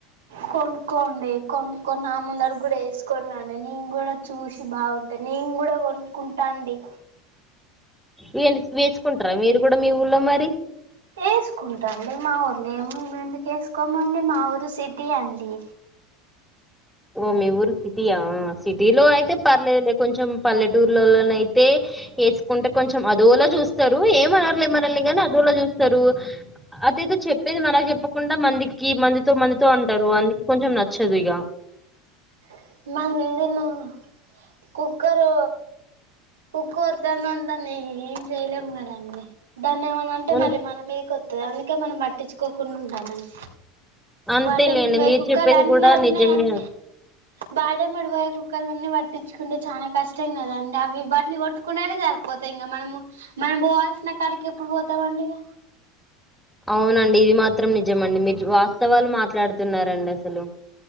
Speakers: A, on the right; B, in the centre.
A: కొనుక్కోండి కొనుక్కని నా ముందడికి కూడా ఎసుకొని రండి నేను కూడా చూసి బాగుంటనె నేన్ గుడా కొనుక్కుంటా అండి
B: వేంది స్వేసుకుంటారా మీరు కూడా మీ ఊర్లో మరి
A: ఎసుకుంటాండి మా ఊర్లే మేమ్ ఎందుకు ఎసుకోమండి మా ఊరు సిటీ అండి
B: ఓ మీ ఊరు సిటీ ఆ సిటీలో అయితే పర్లేదులె కొంచెం పల్లెటూరులలోనయితే ఎసుకుంటే కొంచెం అదోలా చూస్తారు ఏమనర్లే మనల్ని గని అదోలా చూస్తారు అదేదో చెప్పేది మనకు చెప్పకుండా మందికి మందితో మందితో అంటారు అందుకె కొంచెం న చ్చదిగా
A: <unintelligible> కుక్కరు కుక్కర్ తోనాం దాన్ని ఏం జెయలేమ్ కదండి దాన్ని ఏమనాంటే
B: అన్-
A: మళ్ళీ మన మీదికి వత్తది అందుకే మనం పట్టించుకోకుండా ఉండాలండి
B: అంతేలేండి
A: బాటేమ్మాడిబోయ్యి
B: మీరు
A: కుక్కాలన్నోర్రినయని
B: చెప్పేది కూడా నిజమే
A: బాటేమ్మడి పోయే కుక్కలన్నీ పట్టించుకుంటే చానా కష్టం కదా అండి అవ్వి వాటిని కొట్టుకునేదే సరిపోతా ఇంగ మనము మనం బోవాల్సిన కాడికి ఎప్పుడు పోతామండి ఇగ
B: <inaudible> అవునండి ఇది మాత్రం నిజమండి మీరు వాస్తవాలు మాట్లాడుతున్నారండసలు